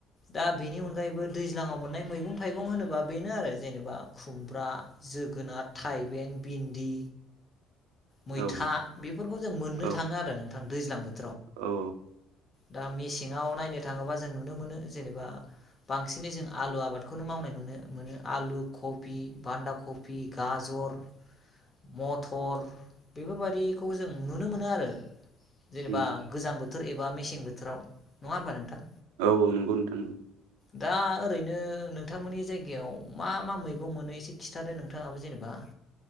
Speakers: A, on the left (about 30°); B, on the right (about 85°).
A: दा बेनि अनगायैबो दैज्लाङाव मोननाय मैगं थाइगं होनोबा बेनो आरो जेनेबा खुमब्रा जोगोन जोनार थाइबें भिन्दि मैथा
B: औ
A: बेफोरखौ जों मोननो
B: औ
A: थाङो आरो नोंथां दैज्लां बोथोर
B: औ
A: दा मेसेङाव नायनो थाङोबा जों नुनो मोनो जेनेबा बांसिनै जों आलु आबादखौनो मावनाय नुनो मोनो आलु खफि बान्दा खफि गाजर <inaudible> मथर बेफोरबायादिखौ जों नुनो मोनो आरो जेनेबा
B: उम
A: गोजां बोथोर बोथोर एबा मेसें बोथोराव नङा होमबा नोंथां
B: औ औ नंगौ नोंथां नंगौ
A: दा ओरैनो नोंथांमोननि जायगायाव मा मा मैगं मोनो एसे खिन्थादो नोंथाङाबो जेनेबा <inaudible>